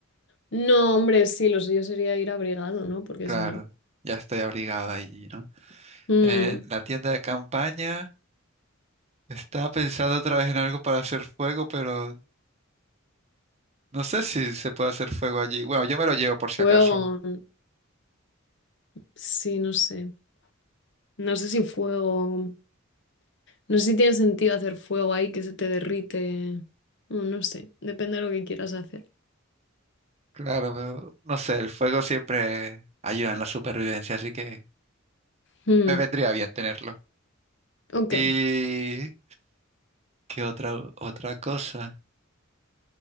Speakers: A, on the left; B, on the right.
A: No, hombre, sí, lo suyo sería ir abrigado, ¿no? Porque
B: Claro,
A: si no.
B: ya estoy abrigado allí, ¿no?
A: Mm,
B: Eh, la tienda de campaña. Estaba pensando otra vez en algo para hacer fuego, pero no sé si se puede hacer fuego allí. Bueno, yo me lo llevo por si
A: fuego.
B: acaso.
A: Sí, no sé. No sé si fuego. No sé si tiene sentido hacer fuego ahí que se te derrite. Mm, no sé. Depende de lo que quieras hacer.
B: Claro, pero no sé, el fuego siempre ayuda en la supervivencia, así que
A: Mm,
B: me vendría bien tenerlo.
A: ok.
B: ¿Y qué otra, otra cosa?